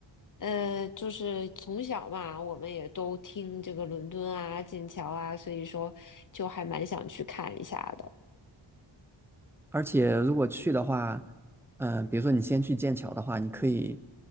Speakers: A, on the left; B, in the centre.
A: 呃，就是从小嘛，我们也都听这个伦敦啊、剑桥啊，所以说就还蛮想去看一下的。
B: 而且如果去的话，嗯、比如说你先去剑桥的话，你可以，